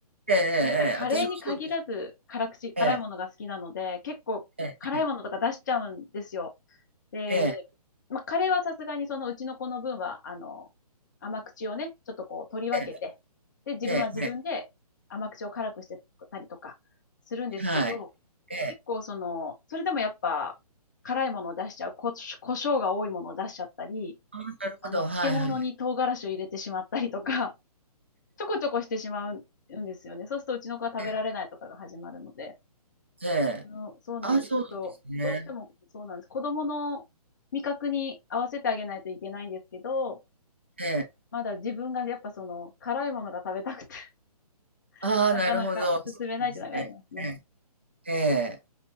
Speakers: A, on the right; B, on the left.
A: ええ、え
B: ごめんなさい、カレーに限らず辛口、
A: え、ええ私もそうです。
B: 辛いものが好きなので、
A: ええ、
B: 結構辛いものとか出しちゃうんですよ。
A: ええ、
B: で、
A: ええ、
B: まあ、カレーはさすがにそのうちの子の分は、あの、甘口をね、ちょっとこう取り分けて、
A: え
B: で、自分は自分で甘口を辛くしてたりとかするんですけど、
A: え、ええ、ええはい。ええ、
B: 結構その、それでもやっぱ辛いものを出しちゃう、こ、胡椒が多いものを出しちゃったり、
A: あなるほど、
B: あの、漬物に唐辛子を入れてしまったりとか、
A: はい、はい。
B: ちょこちょこしてしまうんですよね。そうするとうちの子は食べられないとかが始まるので。
A: ええ、ええ
B: うん、そうなんです。
A: ああ、そうなんですね。
B: ちょっと、どうしてもそうなんです。子供の味覚に合わせてあげないといけないんですけど、
A: ええ。
B: まだ自分がやっぱその辛いものが食べたくて <laughs>
A: ああ、
B: なかなか進めないっていうのがありますね。
A: なるほど。そうですね。ええ、ええ。